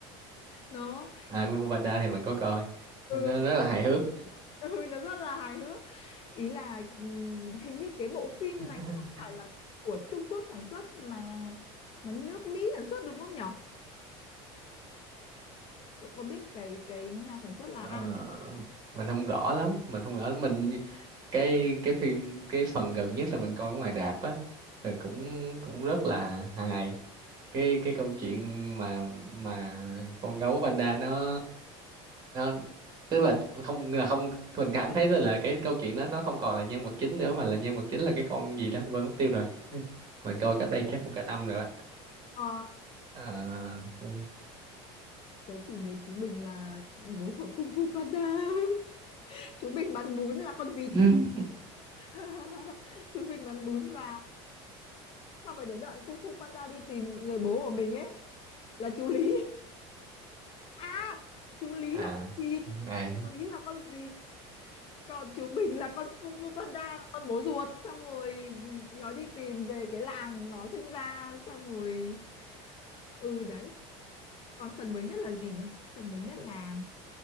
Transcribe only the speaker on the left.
nó
ý,
ừ,
<laughs>
ừ nó rất là hài hước ý là ừm, hình như cái bộ phim
này không phải là của Trung Quốc sản xuất mà mà nước Mỹ sản xuất đúng không nhỉ? Cậu có biết cái cái nhà sản xuất là
ai? không?
Ờ,
tớ chỉ nhớ chú Bình là bố của Kung Fu Panda. <laughs> Chú Bình bán bún là con vịt.
<laughs> Chú Bình bán bún và xong rồi đến đoạn Kung Fu Panda đi tìm người bố của mình ấy là chú Lý. À, chú Lý
là con vịt.
Chú Lý là con vịt. Còn chú Bình là con Kung Fu Panda là con bố ruột. Xong rồi nó đi tìm về cái làng nó sinh ra. Xong rồi... Ừ đấy. Còn phần mới nhất là gì nhỉ? Phần mới nhất là